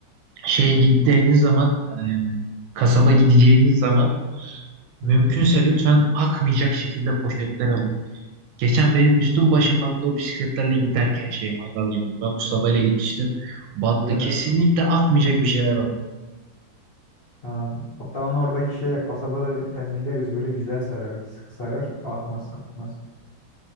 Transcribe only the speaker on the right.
şeye gittiğiniz zaman, e, kasaba gideceğiniz zaman mümkünse
lütfen akmayacak şekilde poşetler alın. Geçen benim üstüm başım battı o bisikletlerle giderken şeye mangal yerine. Ben Mustafa ile gitmiştim. Battı.
Kesinlikle akmayacak bir şeyler alın.